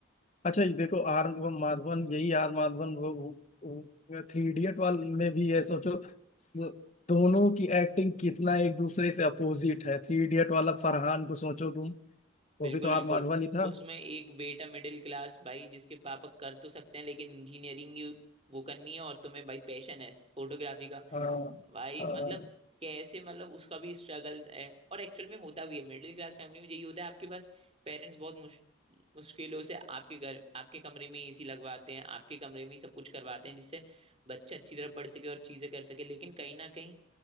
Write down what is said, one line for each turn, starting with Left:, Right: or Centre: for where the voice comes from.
Left: अच्छा ये देखो आर माधवन यही आर माधवन वो, वो थ्री इडियट वाले में भी है सोचो स- दोनों की एक्टिंग कितना एक दूसरे से अपोजिट है थ्री इडियट वाला फरहान को सोचो तुम
Right: बिल्कुल
Left: वो भी तो
Right: बिल्कुल
Left: आर माधवन ही था
Right: उसमें एक बेटा मिडिल क्लास भाई जिसके पापा कर तो सकते हैं लेकिन इंजीनियरिंग वो करनी है और तुम्हें भाई पैशन है फोटोग्राफी का
Left: हाँ
Right: भाई
Left: हाँ
Right: मतलब कैसे मतलब उसका भी स्ट्रगल है और एक्चुअल में होता भी है मिडिल क्लास फैमिली में यही होता है आपके पास पेरेंट्स बहुत मुश, मुश्किलों से आपके घर आपके कमरे में एसी लगवाते हैं आपके कमरे में ही सब कुछ करवाते हैं जिससे बच्चा अच्छी तरह पढ़ सके और चीजें कर सके लेकिन कहीं ना कहीं